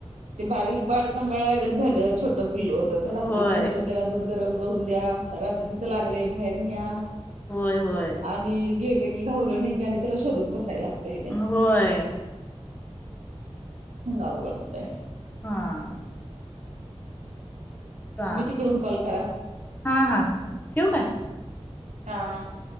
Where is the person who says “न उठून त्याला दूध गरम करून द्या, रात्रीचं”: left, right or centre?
Right